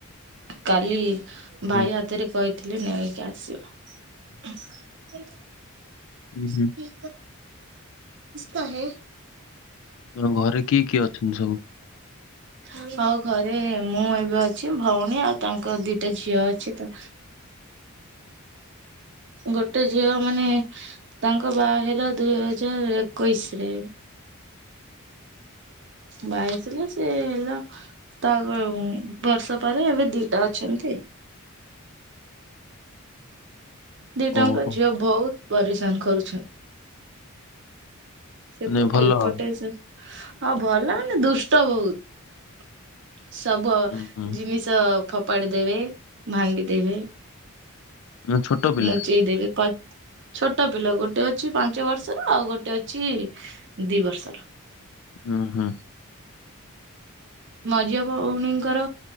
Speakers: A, on the right (about 55°); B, on the left (about 65°).
A: କାଲି ଭାଇ
B: ହଁ।
A: ହାତରେ କହିଥିଲି ନେଇକି ଆସିବା
B: ହୁଁ
A: କସ
B: ହୁଁ
A: କ ହେ
B: ହ ଘରେ କିଏ କିଏ ଅଛନ୍ତି ସବୁ?
A: ହ ଆଉ ଘରେ ମୁଁ ଏବେ ଅଛି ଭଉଣୀ ଆଉ ତାଙ୍କ ଦିଟା ଝିଅ ଅଛି ତ ଗୋଟେ ଝିଅ ମାନେ ତାଙ୍କ ବା ହେଲା ଦୁଇ ହଜାର ଏକୋଇଶ ରେ। ବାହା ହେଇଥିଲେ ସିଏ ହେଲା ତା ବର୍ଷ ପରେ ଏବେ ଦିଟା ଅଛନ୍ତି ଦିଟାଙ୍କ
B: ଓହୋ
A: ଝିଅ ବହୁତ ପରିଶାନ କରୁଛନ୍ତି। ସେପଟେ
B: ମାନେ ଭଲ
A: ଏପଟେ
B: ଆଉ
A: ସେ ହଁ ଭଲ ହେନେ ଦୁଷ୍ଟ ବହୁତ। ସବୁ ଅ
B: ହୁଁ ହୁଁ
A: ଜିନିଷ ଫୋପାଡି ଦେବେ ଭାଙ୍ଗି ଦେବେ
B: ମାନେ ଛୋଟ ପିଲା
A: ନୁଚେଇ ଦେବ ପା ଛୋଟ ପିଲା ଗୋଟେ ଅଛି ପାଞ୍ଚ ବର୍ଷର ଆଉ ଗୋଟେ ଅଛି ଦି ବର୍ଷର।
B: ହୁଁ ହୁଁ।
A: ମଝିଆ ଭଉଣୀଙ୍କର